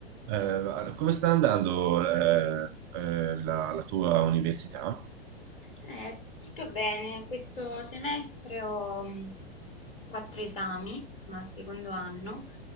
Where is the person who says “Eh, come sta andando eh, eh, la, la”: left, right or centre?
Right